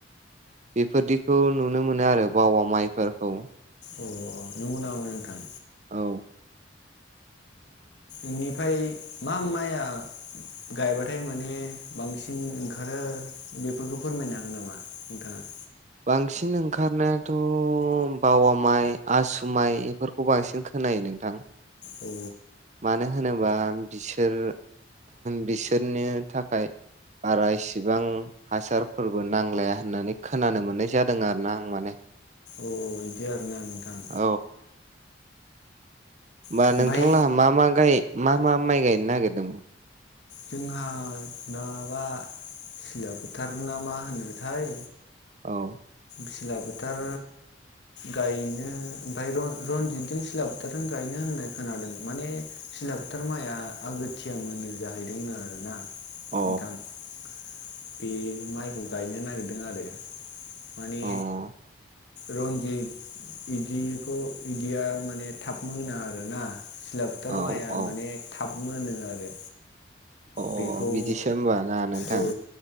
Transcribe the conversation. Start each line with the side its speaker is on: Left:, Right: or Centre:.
Right: बेफोरदिखौ नुनो मोनो आरो बावा माइफोरखौ
Left: अ नंगौ नामा नोंथां
Right: औ
Left: बेनिफ्राय मा माइ आ गायबाथाय माने बांसिन ओंखारो बेफोरखौ फोरमायनो हागोन नामा नोंथाङा
Right: बांसिन ओंखारनायाथ' बावा माइ आसु माइ बेफोरखौ बांसिन खो नायो नोंथां
Left: अ
Right: मानो होनोबा बिसोर बिसोरनि थाखाय बारा इसिबां हासारफोरबो नांलाया होननानै खोनानो मोननाय जादों आरोना आं माने
Left: अ इदि आरोना नोंथां
Right: औ होमा
Left: ओमफ्राय
Right: नोंथांलाहा मा मा गायमा मा माइ गायनो नागिरदों?
Left: जोंहा माबा सिला फोथार ना मा होनोथाय
Right: औ
Left: सिला फोथार गायनो ओमफ्राय रनजितजों सिला बोथोरजों गायनो होननाय खोनादों माने दैला फोथार माइआ आगोथिया मोनो जाहैदोंनो आरो ना नोंथां
Right: अ
Left: बे माइखौ गायनो नागिरदों आरो माने
Right: अ
Left: रन्जित बिदिखौ बिदिया माने थाब मोना आरोना सिला फोथार
Right: औ
Left: माइआ
Right: औ
Left: माने थाब मोनो आरो
Right: अ
Left: बेखौ
Right: बिदिसो होम्बा ना नोंथां
Left: औ